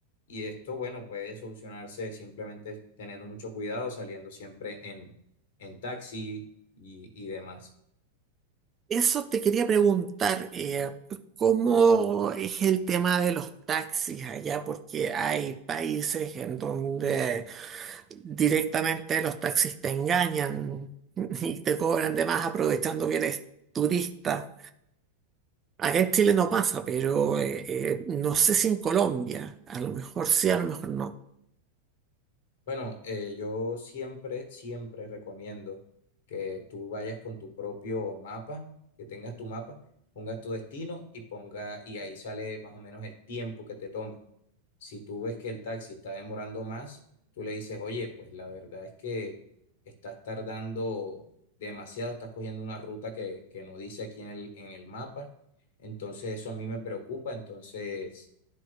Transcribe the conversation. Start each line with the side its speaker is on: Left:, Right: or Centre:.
Left: Y esto, bueno, puede solucionarse simplemente teniendo mucho cuidado, saliendo siempre en, en taxi y, y demás.
Right: Eso te quería preguntar, eh, ¿cómo es el tema de los taxis allá? Porque hay países en donde directamente los taxis te engañan <laughs> y te cobran de más aprovechando que eres turista. Acá en Chile no pasa, pero eh, eh, no sé si en Colombia, a lo mejor sí, a lo mejor no.
Left: Bueno, eh, yo siempre, siempre recomiendo que tú vayas con tu propio mapa, que tengas tu mapa, pongas tu destino y ponga, y ahí sale más o menos el tiempo que te toma. Si tú ves que el taxi está demorando más, tú le dices, oye, pues la verdad es que estás tardando demasiado, estás cogiendo una ruta que, que no dice aquí en el, en el mapa, entonces eso a mí me preocupa, entonces